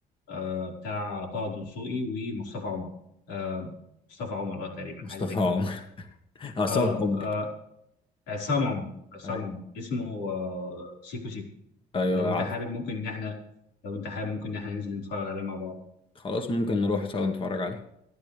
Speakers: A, on the left (about 90°); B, on the left (about 30°).
A: آه بتاع طه دسوقي ومصطفى عمر آه مصطفى عمر اه تقريبا
B: مصطفى
A: حاجه زي كده
B: عصام
A: اه
B: عمر
A: آه، عصام عمر عصام
B: ايوه
A: عمر اسمه آه سيكو سيكو
B: ايوه
A: لو انت
B: عارف
A: حابب ممكن ان احنا لو انت حابب ممكن ان احنا ننزل نتفرج عليه مع بعض
B: خلاص ممكن نروح سوا نتفرج عليه